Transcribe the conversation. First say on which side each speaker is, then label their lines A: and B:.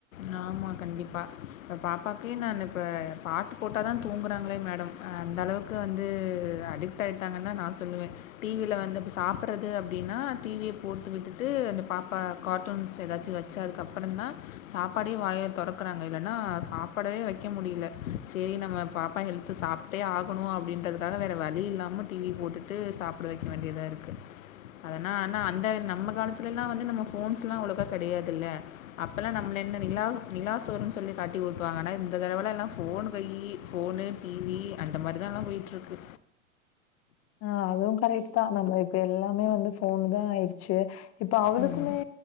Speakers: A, on the left; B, on the left.
A: நாமா கண்டிப்பா இப்போ பாப்பாக்குயே நானு இப்ப பாட்டுப் போட்டாதா தூங்கறாங்ளேங் மேடம் அந்தளவுக்கு வந்து அடிக்ட் ஆயிட்டாங்கன்தா நா சொல்லுவே டி வி ல வந்து இப்ப சாப்பறது அப்டினா டி வியப் போட்டு விட்டுட்டு அந்தப் பாப்பா காார்டூன்ஸ் எதாச்சு வச் ச்ச அதுக்கப்பறந்தா சாப்பாடே வாயத் தொறக்கறாங்க இல்லனா சாப்பாடவே வக்க முடில சேரி நம்ம பாப்பா ஹெல்த்து சாப் டே ஆகணு அப்டின்றதுக்காக வேற வழி இல்லாம டி வி போட்டுட்டு சாப்ட வக்க வேண்டியதா இருக்கு அதனா ஆனா அந்த நம்ம காலத்துலல்லா வந்து நம்ம ஃபோன்ஸ்லா அவ்ளோக்கா கெடையாதுல்ல அப்பெலா நா நம்ள என்ன நிலாச் நிலாசோறுன் சொல்லி காட்டி ஊட்டுவாங்க ஆனா இந்த தரவலா எல்லா ஃபோனு கையி ஃபோனு டி வி அந்த மாரிதா எல்லா போய்ட்ருக்கு
B: அ அதுவு கரெக்ட்டுதா நம்ம இப்ப எல்லாமே வந்து ஃபோன்தா ஆயிர்ச்சு இப்ப அவளுக்குமே
A: ம்